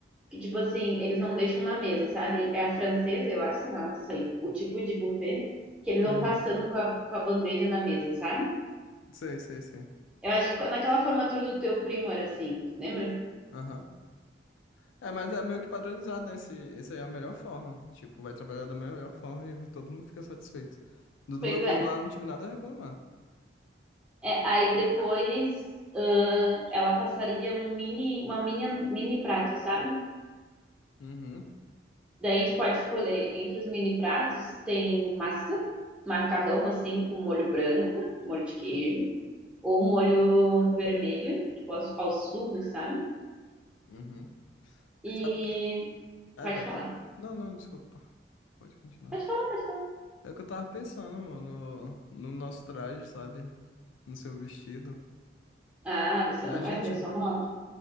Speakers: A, in the centre; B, on the left.
A: Que, tipo assim, eles não deixam na mesa, sabe? É a francesa, eu acho, sei lá, não sei. O tipo de buffet que eles
B: Uhum.
A: vão passando com a, com a bandeja na mesa, sabe?
B: Sei, sei, sei.
A: Eu acho que naquela formatura do teu primo era assim, lembra?
B: Aham. É, mas é meio que padronizado, né? Esse, esse aí é a melhor forma. Tipo, vai trabalhar da melhor forma e todo mundo fica satisfeito. Do, do
A: Pois
B: meu primo
A: é.
B: lá, não tive nada a reclamar.
A: É, aí depois ãh, ela passaria um mini, uma mini, ant- mini prato, sabe?
B: Uhum,
A: Daí a gente pode escolher entre os mini pratos, tem massa, macarrão assim, com molho branco, molho de queijo, ou molho vermelho, tipo ao, ao sugo, sabe?
B: uhum.
A: E
B: Sabe o que? É, É,
A: pode
B: vai,
A: falar.
B: pô. Não, não, desculpa. Pode continuar.
A: Pode falar, pode falar.
B: É o que eu tava pensando, mano, no, no nosso traje, sabe? No seu vestido.
A: Ah, você
B: A
A: não
B: gente,
A: vai ver só no áudio.